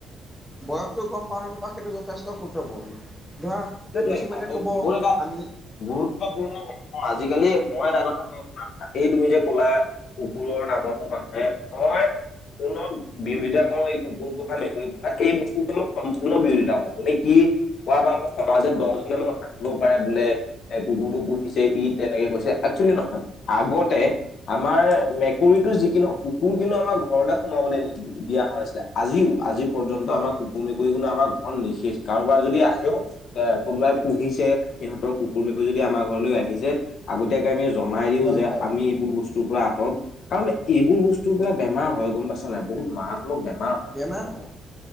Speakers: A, in the centre; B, on the left.
A: বয়সতটো গম পাওঁ নে নাপাওঁ সেইটো জেষ্টটো দুটোপূৰ্ণ ধৰা
B: এইটোৱে
A: কিছুমানে
B: ক'ত
A: ক'ব
B: এটা
A: আমি
B: গুৰুত্বপূৰ্ণ কথা ন আজিকালি মই এটা কথা কওঁ শুনা এই তুমি যে ক'লা। কুকুৰৰ নামতো মানুহে মই সম্পূৰ্ণ বিৰোধিতা কওঁ এই কুকুৰ পোহা মেকুৰী পোহা এই বস্তুখ মই সম্পূৰ্ণ বিৰোধিতা কওঁ তুমি কি অ', আমাৰ সমাজত দহজনে মোক হাঁহিব পাৰে বোলে এ কুকুৰটো পুহিছে য়ি তেনেকে কৈছে একচোৱেলি নহয় আগতে আমাৰ মেকুৰীতো যি কি নহওঁক কুকুৰ কিন্তু আমাৰ ঘৰলে সোমাবলৈ নিদিওঁ। দিয়া হৈছে আছিও আজিও পৰ্যন্ত
A: হয়
B: আমাৰ কুকুৰ, মেকুৰী কো আমাৰ ঘৰ নিষেষ কাৰবাৰ যদি আহেও। এ কোনবাই পুহিছে সিহঁতৰ কুকুৰ, মেকুৰী যদি আমাৰ ঘৰলৈ আহিযায় আগতীয় আমি জনাই দিও
A: হয়
B: যে
A: হয়
B: আমি এইবোৰ বস্তু বস্তুৰ পৰা আঁত কাৰণ এইবোৰ বস্তুৰ পৰা বেমাৰ হয় গম পাইছ নাই বহুত মাৰাত্মক বেমাৰ হয়
A: বেমাৰ হয়।